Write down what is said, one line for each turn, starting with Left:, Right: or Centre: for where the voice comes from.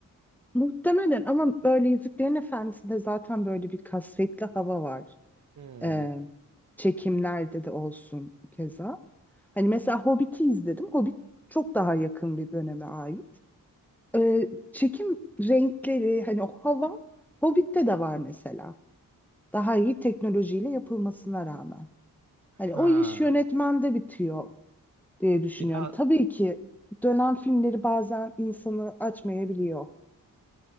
Centre: Muhtemelen ama böyle Yüzüklerin Efendisi'nde zaten böyle bir kasvetli hava var.
Right: Hmm.
Centre: E, çekimlerde de olsun keza. Hani mesela Hobbit'i izledim. Hobbit çok daha yakın bir döneme ait. Ee, çekim renkleri hani o hava Hobbit'te de var mesela. Daha iyi teknolojiyle yapılmasına rağmen. Hani
Right: Ha.
Centre: o iş yönetmende bitiyor diye düşünüyorum.
Right: Bir daha
Centre: Tabii ki dönen filmleri bazen insanı açmayabiliyor.